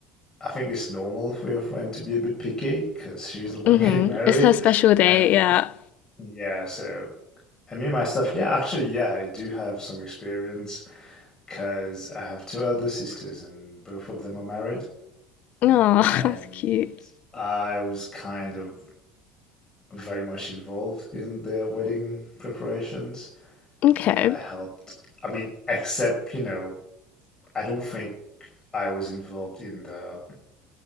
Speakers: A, on the left; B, on the left.
A: I think it's normal for your friend to be a bit picky because she's the one
B: Mm-hmm.
A: <laughs> getting married,
B: It's her special day,
A: and
B: yeah.
A: yeah, so. I mean myself, yeah, actually, yeah, I do have some experience because I have two elder sisters and both of them are married.
B: Oh,
A: And
B: <laughs> that's cute.
A: I was kind of very much involved in their wedding preparations.
B: Okay.
A: And I helped, I mean, except, you know, I don't think I was involved in the